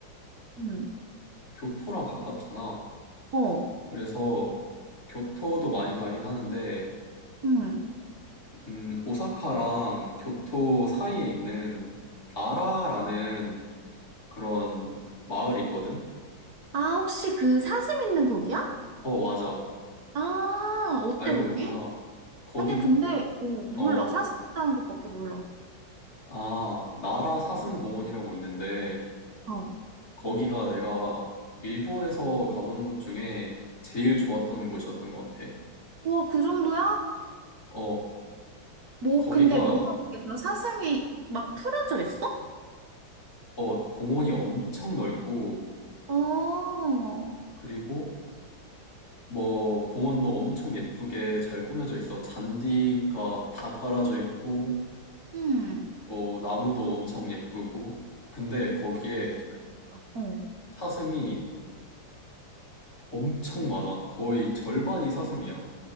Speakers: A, on the right; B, on the left.
A: 응.
B: 교토랑 가깝잖아.
A: 어,
B: 그래서 교토도 많이 가긴 하는데,
A: 응.
B: 음, 오사카랑 교토 사이에 있는 나라라는 그런 마을이 있거든?
A: 아, 혹시 그 사슴 있는 거기야?
B: 어, 맞아.
A: 아, 어때,
B: 알고
A: 거기?
B: 있구나. 거기,
A: 아니야, 근데, 어, 몰라.
B: 어,
A: 사슴 있다는 것밖에 몰라.
B: 아, 나라 사슴공원이라고 있는데,
A: 어.
B: 거기가 내가 일본에서 가보는 곳 중에 제일 좋았던 곳이었던 것 같아.
A: 와, 그 정도야?
B: 어,
A: 뭐,
B: 거기가,
A: 근데 뭐라고 했어? 사슴이 막 풀어져 있어?
B: 어, 공원이 엄청 넓고,
A: 어,
B: 그리고 뭐, 공원도 엄청 예쁘게 잘 꾸며져 있어. 잔디가 다 깔아져 있고,
A: 음.
B: 뭐, 나무도 엄청 예쁘고, 근데 거기에
A: 사실 지금, 아, 어.
B: 사슴이 엄청 많아. 거의 절반이 사슴이야.